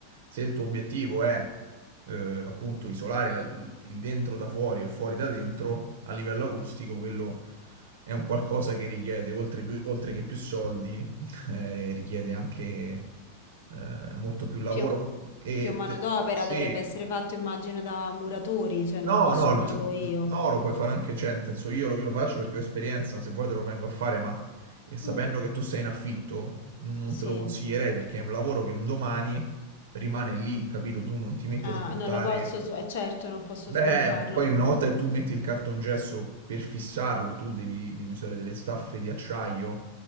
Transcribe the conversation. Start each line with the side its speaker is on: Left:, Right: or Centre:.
Right: Se il tuo obiettivo è eh, appunto isolare la- il dentro da fuori e il fuori da dentro, a livello acustico, quello è un qualcosa che richiede, oltre, più- oltre che più soldi, <laughs> eh, richiede anche eh, molto più lavoro.
Left: Più,
Right: E
Left: più manodopera
Right: te- sì,
Left: dovrebbe essere fatto, immagino, da muratori, cioè
Right: no,
Left: non posso
Right: no, il-
Left: farlo io.
Right: no, lo puoi fare anche, cioè, nel senso io lo, io lo faccio perché ho esperienza, se vuoi te lo vengo a fare, ma eh, sapendo
Left: Mm,
Right: che tu sei in affitto, non
Left: sì.
Right: te lo consiglierei perché è un lavoro che un domani rimane lì, capito? Tu non ti metti
Left: Ah,
Right: a smontare.
Left: non lo posso, s- eh, certo, non posso
Right: Beh,
Left: smontarlo.
Right: poi una volta che tu metti il cartongesso per fissarlo, tu devi, devi usare delle staffe di acciaio,